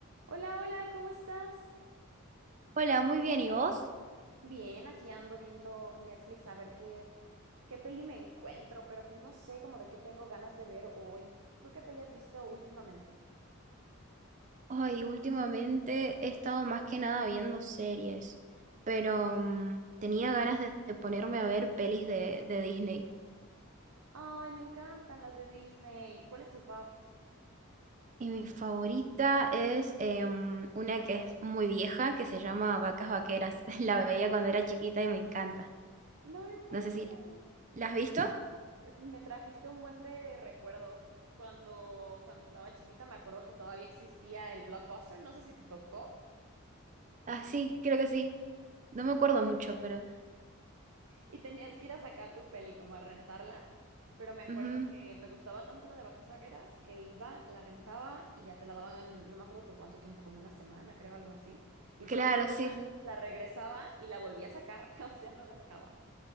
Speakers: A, on the right; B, on the right.
A: Hola, hola, ¿cómo estás?
B: Hola, muy bien, ¿y vos?
A: Bien, aquí ando viendo Netflix a ver qué, qué peli me encuentro, pero pues no sé como de qué tengo ganas de ver hoy. ¿Tú qué peli has visto últimamente?
B: Ay, últimamente he estado más que nada viendo series, pero mm, tenía ganas de, de ponerme a ver pelis de, de Disney.
A: Ay, me encantan las de Disney. ¿Cuál es tu fav?
B: Y mi favorita es em, una que es muy vieja, que se llama Vacas Vaqueras. <laughs> La veía cuando era chiquita y me encanta.
A: No inventes.
B: No sé si... ¿La has visto?
A: Es- me trajiste un buen de recuerdos. Cuando, cuando estaba chiquita me acuerdo que todavía existía el Blockbuster, no sé si te tocó.
B: Ah, sí, creo que sí. No me acuerdo mucho, pero...
A: Y tenías que ir a sacar tu peli, como a rentarla. Pero me acuerdo
B: ujú,
A: que me gustaba tanto lo de vacas vaqueras que iba, la rentaba y ya te la daban, no me acuerdo por cuánto tiempo, como una semana, creo, algo así. Y
B: Claro,
A: entonces <laughs>
B: sí,
A: ah,
B: sí.
A: la regresaba y la volvía a sacar, <laughs> o sea, no la dejaba.